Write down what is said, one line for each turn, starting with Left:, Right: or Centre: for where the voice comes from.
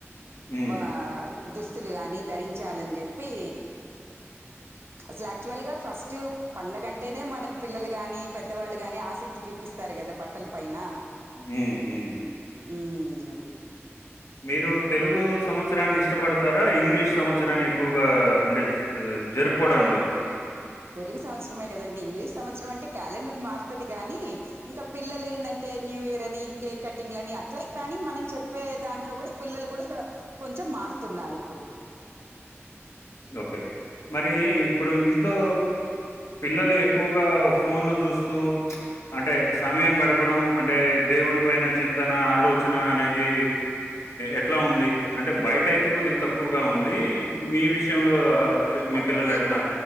Left: హ్మ్.
Right: ఆహ్ దుస్తులు కానీ ధరించాలని చెప్పి. అసల్ ఆక్చువల్ గా ఫస్ట్ పండగంటే. పిల్లలు గాని పెద్దవాళ్ళు గాని ఆసక్తి చూపిస్తారు కదా బట్టల పైన
Left: హ్మ్. హ్మ్.
Right: ఉమ్మ్ అది.
Left: మీరు తెలుగు సంవత్సరాన్ని ఇష్టపడతారా ఇంగ్లీష్ సంవత్సరాన్ని ఎక్కువగా అంటే జరుపుకోవడంలో.
Right: తెలుగు సంవత్సరమే కదండి ఇంగ్లీష్. సంవత్సరం అంటే క్యాలెండర్ మార్. పుతిక్ కానీ ఇంకా పిల్లలు ఏంటంటే న్యూ ఇయర్ అని కేక్ కటింగ్లని అట్లా కానీ మనం చెప్పే దాంట్లో కూడా పిల్లలు కూడా కొంచెం మారుతున్నారు. ఇప్పుడు
Left: ఓకే మరి ఇప్పుడు ఇంట్లో పిల్లలు ఎక్కువగా ఫోన్లు చూస్తూ ప్చ్ అంటే సమయం గడపడం అంటే దేవుడి పైన చింతన ఆలోచన అనేది ఎట్లా ఉంది. అంటే బయట అయితే కొద్దిగ తక్కు ఎక్కువగా ఉంది మీ విష్. విషయంలో. పి మీ
Right: అంటే
Left: పిల్లలు
Right: మేము
Left: ఎట్లా?